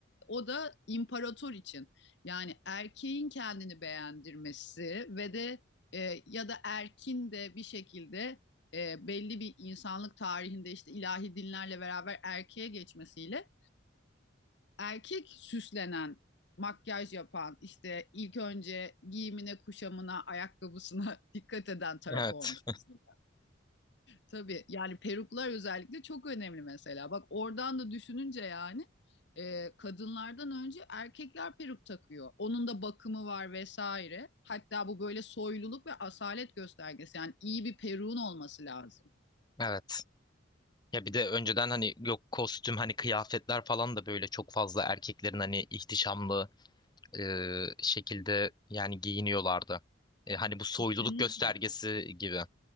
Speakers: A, on the left; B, on the left.
A: o da imparator için yani erkeğin kendini beğendirmesi ve de e, ya da erkin de bir şekilde e, belli bir insanlık tarihinde işte ilahi dinlerle beraber erkeğe geçmesiyle erkek süslenen, makyaj yapan, işte ilk önce giyimine, kuşamına, ayakkabısına <laughs> dikkat eden taraf
B: Evet
A: olmuş aslında. Tabii yani peruklar özellikle çok önemli mesela. Bak oradan da düşününce yani e, kadınlardan önce erkekler peruk takıyor. Onun da bakımı var vesaire. Hatta bu böyle soyluluk ve asalet göstergesi. Yani iyi bir peruğun olması lazım.
B: evet. Ya bir de önceden hani yok kostüm hani kıyafetler falan da böyle çok fazla erkeklerin hani ihtişamlı e, şekilde yani giyiniyorlardı. E, hani bu soyluluk
A: Kesinlikle.
B: göstergesi gibi.